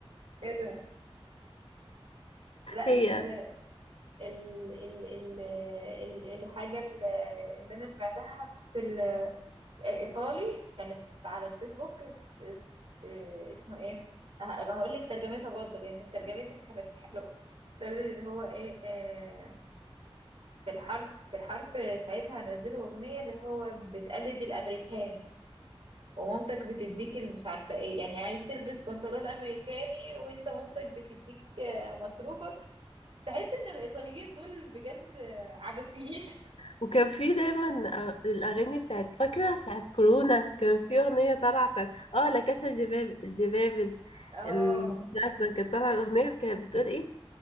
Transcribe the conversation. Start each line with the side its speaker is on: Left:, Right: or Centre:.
Right: ايه ده لا أنا
Left: هي
Right: ال ال ال ال ال الحاجة ال- اللي أنا سمعتها في الإيطالي كانت على الفيسبوك اس- اس- آه، اسمه ايه هقول لك ترجمتها برضه لأن ترجمتها كانت حلوة تقول اللي هو ايه آه، في الحرب في الحرب ساعتها نزلوا أغنية اللي هو بتقلد الأمريكاني ومامتك بتديك اللي مش عارفة ايه يعني عايز تلبس بنطلون امريكاني وانت مامتك بتديك آه، مصروفك تحس ان الايطاليين دول بجد آه، عبثيين
Left: وكان في دايما آه، الأغاني بتاعت فاكرة ساعة كورونا كان في أغنية طالعة بتاعت اه لا كاسا دي باب- دي بابل
Right: <laughs> اه
Left: ال- أصلا كانت طالعة الأغنية كانت بتقول ايه